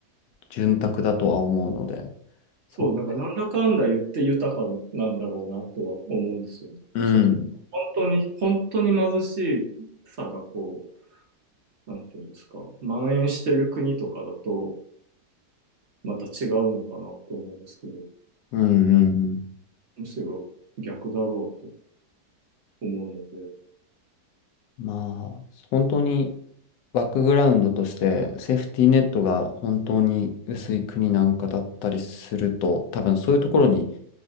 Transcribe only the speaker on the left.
潤沢だとは思うので、そこ。
うん。
うんうんうん。
まあ、本当に、バックグラウンドとしてセーフティーネットが本当に薄い国なんかだったりすると、多分そういうところに